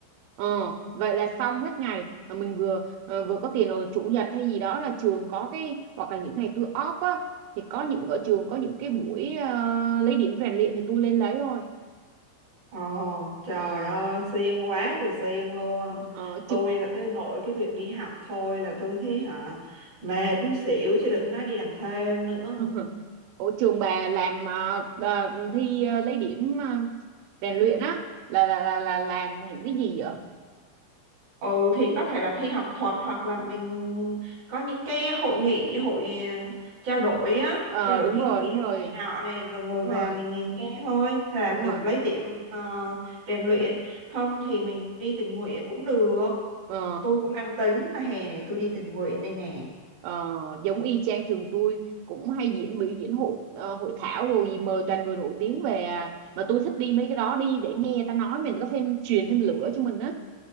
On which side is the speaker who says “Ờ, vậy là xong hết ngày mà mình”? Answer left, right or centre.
Right